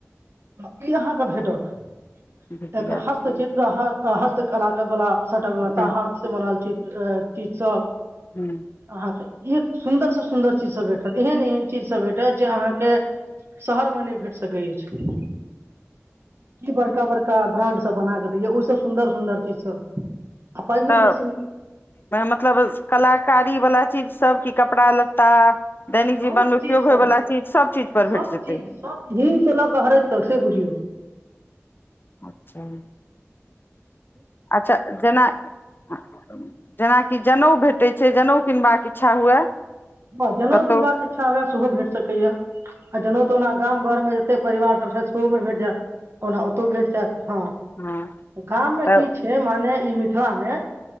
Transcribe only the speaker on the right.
तऽ ई अहाँके भेटत।
एकर
हस्तचित्र हस्त आ हस्तकला के बला सबटा व्यवस्था
हाथ से बनल छैय। अ चीज सब
अहाँ के एक सुन्दर से सुंन्दर चीज सब भेटत एहन एहन चीज सब भेटत जे अहाँ के शहर मे नहि भेट सकै अछि। कि बड़का बड़का ब्रांड सब बना क दैये, ओहि सं सुन्दर सुन्दर चीज सब आ पाइयो
बेसी
बहुत
चीज छ
सब
चीज सब हिंगसँ लऽ कऽ हरेद तक से बुझियौ।
हां जनेउ
किनबाक इच्छा हुए सेहो भेट सकैए आ जनेउ त ओना गाम घरमे त परिवार सब सजपुरवो मे भेट जायत। ओना ओतौ भेट जायत हां,
गाम मे
की छै माने इ मिथि किया ने?